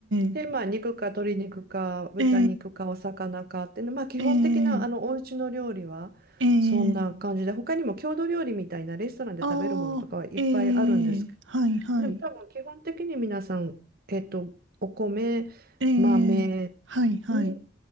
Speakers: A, on the right (about 75°); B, on the right (about 55°).
A: え
B: で、まあ肉か鶏肉か豚肉かお魚かっていうの、
A: ええ
B: まあ基本的なあのお家の料理はそんな感じで、
A: ええええ
B: 他にも郷土料理みたいなレストランで食べるものとかはいっぱいあるんですけど。
A: ああ、ええはいはい。
B: でも多分基本的に皆さん、えっと、お米、
A: ええはいはい。
B: 豆に